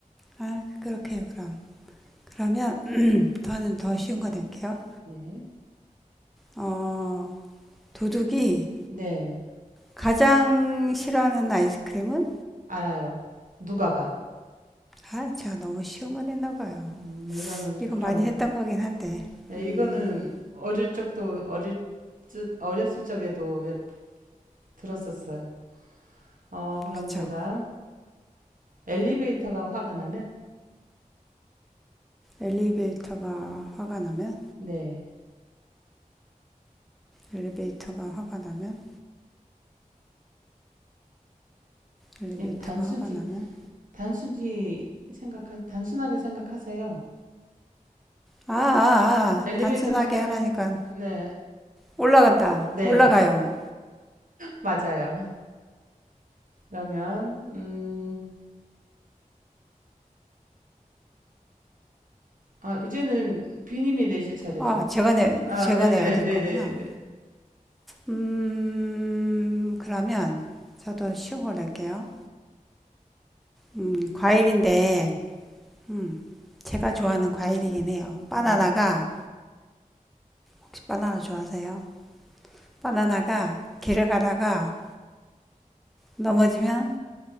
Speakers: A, in the centre; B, on the right.
A: 아, 그렇게요. 그럼 그러면 저는 더 쉬운 거 낼게요.
B: 네,
A: 어, 도둑이
B: 네.
A: 가장 싫어하는 아이스크림은?
B: 알아요. 누가 봐.
A: 아, 제가 너무 쉬운 거 냈나 봐요.
B: 음, 이러면,
A: 이거
B: 그럼,
A: 많이 했던 거긴 한데,
B: 네,
A: 음,
B: 이거는 어릴 적도, 어릴, 적- 어렸을 적에도 왜 들었었어요. 어, 그럼
A: 그쵸.
B: 제가, 엘리베이터가 화가 나면
A: 엘리베이터가 화가 나면,
B: 네
A: 엘리베이터가 화가 나면, 엘리베이터가
B: 그냥 단순히
A: 화가 나면,
B: 단순히 생각하 단순하게 생각하세요.
A: 아, 아, 아,
B: 엘리베이터가
A: 단순하게
B: 하,
A: 하라니까
B: 네,
A: 올라간다,
B: 네
A: 올라가요.
B: <laughs> 맞아요. 그러면 음, 아 이제는 비님이 내실 차례죠.
A: 아, 제가 내,
B: 아
A: 제가
B: 네네
A: 내야 될
B: 네네
A: 거구나. 음, 그러면 저도 쉬운 걸 낼게요. 음, 과일인데, 음, 제가 좋아하는 과일이긴 해요. 바나나가,
B: 네네네네네저네네
A: 혹시 바나나 좋아하세요? 바나나가 길을 가다가 넘어지면